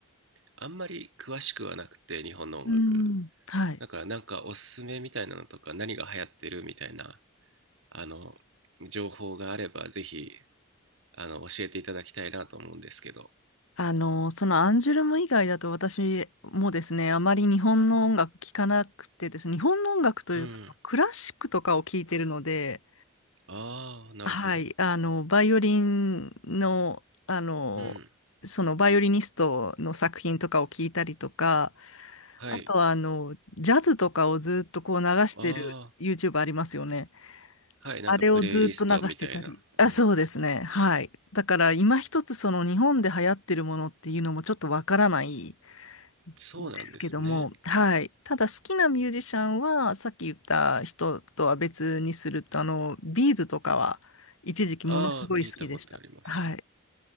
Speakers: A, on the right; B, on the left.
A: あんまり詳しくはなくて、日本の音楽。
B: うーん。はい。
A: だから、なんか、おすすめみたいなのとか、何が流行ってるみたいな、あの、情報があれば、ぜひ、あの、教えていただきたいなと思うんですけど。
B: あの、そのアンジュルム以外だと私もですね、あまり日本の音楽聴かなくてですね、日本の音楽というか、
A: うん。
B: あのクラシックとかを聴いてるので、
A: ああ、なるほど。
B: はい、あの、バイオリンの、あの、
A: うん。
B: そのバイオリニストの作品とかを聞いたりとか、
A: はい。
B: あとはあの、ジャズとかをずっとこう流してる
A: あ
B: YouTube ありますよね。
A: あ、はい。なんかプレイリストみたいな。
B: あれをずっと流してたり。あ、
A: うん。
B: そうですね。はい。だから今一つその日本で流行ってるものっていうのもちょっとわからない。
A: そうなんですね。
B: ですけども、はい。ただ好きなミュージシャンは、さっき言った人とは別にすると、あの、ビーズとかは一時期ものすごい好きでした。
A: ああ、聞いたことあります。
B: はい。